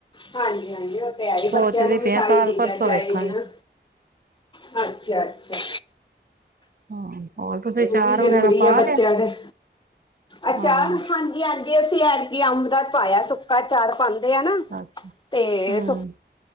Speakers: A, on the left; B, on the right.
A: ਹਾਂਜੀ-ਹਾਂਜੀ, ਉਹ ਤੇ ਹੈਈ
B: ਸੋਚਦੀ
A: ਬੱਚਿਆਂ ਨੂੰ ਵੀ
B: ਪਈ
A: ਸਾਰੀਆਂ
B: ਆ ਕੱਲ
A: ਚੀਜ਼ਾਂ
B: ਪਰਸੋਂ
A: ਚਾਹੀਦੀਆਂ।
B: ਵੇਖਾਂਗੇ
A: ਹਾਂਜੀ ਅੱਛਾ।
B: ਹਾਂ ਹੋਰ ਤੁਸੀਂ
A: ਉਹ
B: ਅਚਾਰ
A: ਵੀ ਜ਼ਰੂਰੀ
B: ਵਗੈਰਾ ਪਾ
A: ਹੈ ਬੱਚਿਆਂ
B: ਲਿਆ
A: ਦੇ ਅਚਾਰ
B: ਹਾਂ
A: ਹਾਂਜੀ। ਹਾਂਜੀ ਅਸੀਂ ਐਤਕੀ ਅੰਬ ਦਾ ਪਾਇਆ ਸੁੱਕਾ ਚਾਾਰ ਪਾਉਂਦੇ ਹਨਾ
B: ਅੱਛਾ
A: ਤੇ
B: ਹੂੰ
A: ਸੁ।